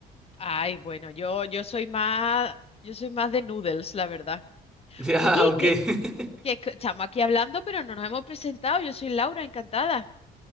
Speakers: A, on the left; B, in the centre.
A: Ay, bueno, yo, yo soy más, yo soy más de noodles, la verdad.
B: Ya,
A: Oye,
B: ok.
A: que,
B: <laughs>
A: que c- estamos aquí hablando, pero no nos hemos presentado. Yo soy Laura, encantada.